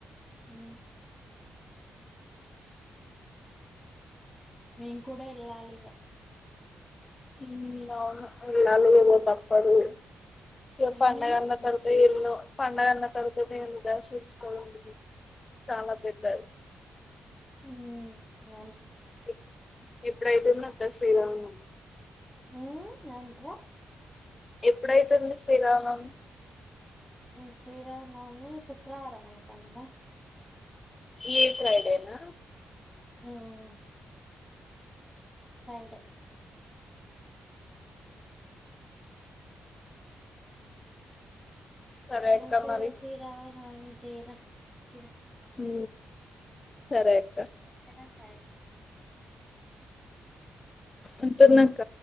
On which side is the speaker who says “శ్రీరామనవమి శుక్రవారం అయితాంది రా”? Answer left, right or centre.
Left